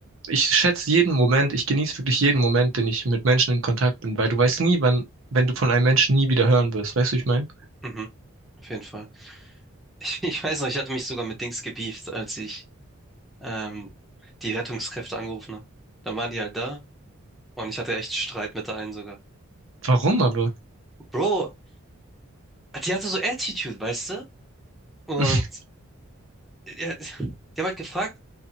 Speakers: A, on the right; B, in the centre.
A: Ich schätze jeden Moment, ich genieße wirklich jeden Moment, den ich mit Menschen in Kontakt bin, weil du weißt nie, wann, wenn du von einem Menschen nie wieder hören wirst. Weißt du, wie ich meine?
B: Mhm, auf jeden Fall. <laughs> Ich, ich weiß noch, ich hatte mich sogar mit Dings gebieft, als ich ähm, die Rettungskräfte angerufen habe. Dann waren die halt da und ich hatte echt Streit mit der einen sogar.
A: Warum aber?
B: Bro, die hatte so Attitude, weißt du? Und
A: <laughs>
B: ja, die haben halt gefragt,